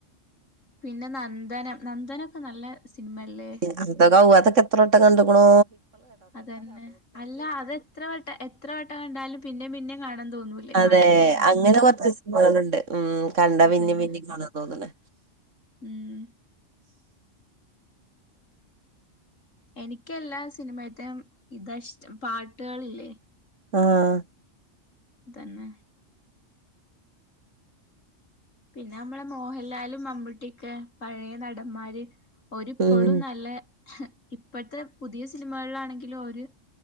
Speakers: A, on the left (about 90°); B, on the right (about 75°).
A: പിന്നെ നന്ദനം നന്ദനൊക്കെ നല്ലെ സിനിമല്ലേ
B: <unintelligible> അതൊക്കെ എത്ര വട്ടം കണ്ട്ക്ക്ണോ
A: അതന്നെ അല്ലാ അത് എത്ര വട്ടെ എത്ര വട്ടം കണ്ടാലും പിന്നേം പിന്നേം കാണാൻ തോന്നൂല്ലേ
B: അതെ അങ്ങനെ കൊറച്ച് സിനിമകള്ണ്ട് ഉം കണ്ടാ
A: അതന്നെ
B: പിന്നേം പിന്നേം കാണാ തോന്ന്ണെ
A: ഉം എനിക്ക്യെല്ലാ സിനിമേല്ത്തേ ഇതാ ഇഷ്ടം പാട്ട്കളില്ലേ
B: ആഹ്
A: തന്നെ പിന്നെ അമ്മളെ മോഹൻലാലും മമ്മൂട്ടിയക്കെ പഴയെ നടന്മാര് ഓര് ഇപ്പളും
B: ഉം
A: നല്ലെ ഇപ്പഴത്തെ പുതിയ സിനിമകള്ലാണെങ്കിലും ഓര്